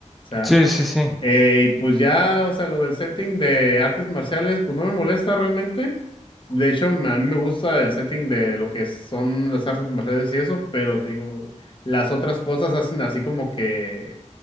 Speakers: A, on the left (about 40°); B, in the centre.
A: sea,
B: Sí, sí, sí.
A: eh, y pues ya, o sea, lo del setting de artes marciales, pues no me molesta realmente. De hecho, me- a mí me gusta el setting de lo que son las artes marciales y eso, pero te digo, las otras cosas hacen así como que,